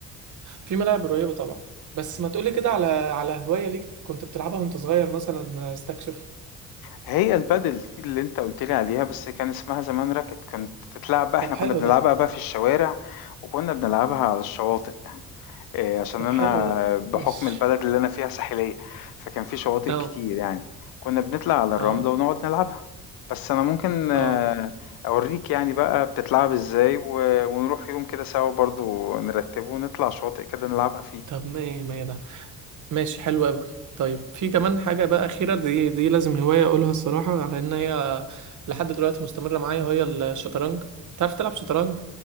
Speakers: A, on the right; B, on the left.
A: في ملاعب قريبة طبعا بس ما تقولي كده على على هواية ليك كنت بتلعبها وانت صغير مثلا آه، استكشف
B: هي البادل دي اللي انت قلت لي عليها بس كان اسمها زمان راكت كانت تتلعب بقى
A: طب
B: احنا
A: حلو
B: كنا بنلعبها
A: ده
B: بقى في الشوارع وكنا بنلعبها على الشواطئ إيه، عشان
A: طب
B: انا
A: حلو ده
B: بحكم
A: ماشي
B: البلد اللي انا فيها ساحلية فكان في شواطئ
A: اه
B: كتير يعني كنا بنطلع على
A: اه
B: الرملة ونقعد نلعبها بس انا ممكن آه،
A: اه
B: اوريك يعني بقى بتتلعب ازاي و- ونروح يوم كده سوا برضو نرتبه ونطلع شواطئ كده نلعبها فيه
A: طب ما ما ده ماشي حلو قوي طيب في كمان حاجة بقى أخيرة دي دي لازم هواية أقولها الصراحة على إن هي لحد دلوقتي مستمرة معايا وهي الشطرنج بتعرف تلعب شطرنج